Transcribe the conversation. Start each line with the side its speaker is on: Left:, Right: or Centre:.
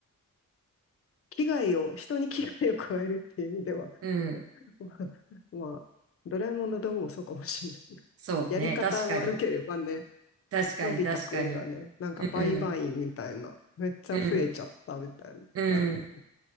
Left: 危害を、人に危害を加えるっていう意味では、
Right: <laughs> うん。
Left: <laughs> まあ、まあドラえもんの道具もそうかもしれない。
Right: そうね。
Left: やり方悪ければね、
Right: 確かに。確かに、
Left: のび太くんがね、
Right: 確かに。
Left: なんか売買員みたいな、
Right: うん。
Left: めっちゃ増えちゃったみたいな、
Right: うん。うん。
Left: あるもん。